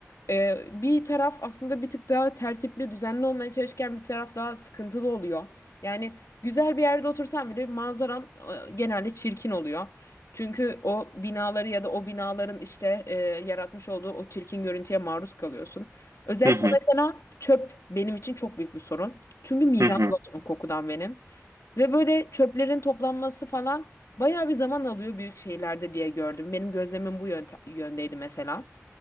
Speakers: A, on the left; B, on the right.
A: Ee, bir taraf aslında bir tık daha tertipli, düzenli olmaya çalışırken bir taraf daha sıkıntılı oluyor. Yani güzel bir yerde otursan bile manzaran e, genelde çirkin oluyor. Çünkü o binaları ya da o binaların işte e, yaratmış olduğu o çirkin görüntüye maruz kalıyorsun. Özellikle
B: Hı hı,
A: mesela çöp benim için çok büyük bir sorun. Çünkü midem
B: hı hı,
A: bulanıyor kokudan benim. Ve böyle çöplerin toplanması falan bayağı bir zaman alıyor büyük şehirlerde diye gördüm. Benim gözlemim bu yönte- yöndeydi mesela.